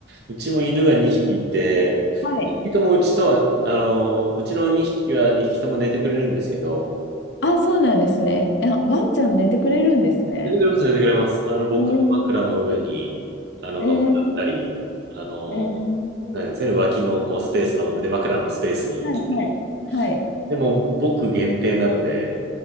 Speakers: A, on the right; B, on the left.
A: うちも犬が2匹いて、
B: はい。
A: 2匹ともうちとは、あの、うちの2匹は2匹とも寝てくれるんですけど、
B: あ、そうなんですね。え、ワンちゃん寝てくれるんですね。
A: 寝てくれます、寝てくれます。あの、僕の枕の上に、
B: えー、
A: あの、
B: えー、
A: 乗っかったり、あの、
B: えー、
A: なんですかね、脇のこうスペースの腕枕のスペースに来たり。
B: はい、はい。はい、
A: でも、僕限定なので、